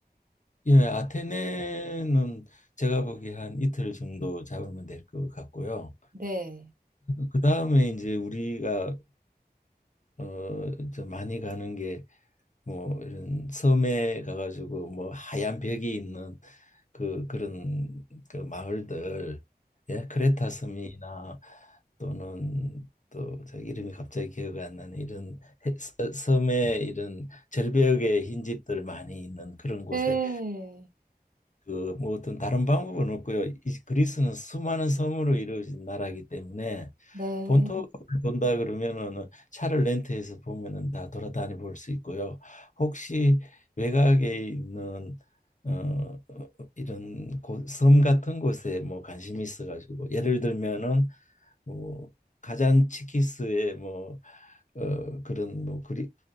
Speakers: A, on the left; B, on the right.
A: 예, 아테네는 제가 보기에 한 이틀 정도 잡으면 될 것 같고요.
B: 네.
A: 그 다음에 이제 우리가 어, 저 많이 가는 게 뭐 이런 섬에 가가지고 뭐 하얀 벽이 있는 그 그런 그 마을들 예 크레타 섬이나 또는 또 저 이름이 갑자기 기억이 안 나는 이런 해- 서- 섬의 이런 절벽에 흰 집들 많이 있는 그런 곳에
B: 네.
A: 그 뭐 어떤 다른 방법은 없고요. 이 그리스는 수많은 섬으로 이루어진 나라이기 때문에
B: 네.
A: 본토를 본다 그러면은 차를 렌트해서 보면은 다 돌아다니 볼 수 있고요. 혹시 외곽에 있는 어 이런 곳, 섬 같은 곳에 뭐 관심이 있어가지고 예를 들면은 뭐 가잔치키스의 뭐 어, 그런 뭐 그리,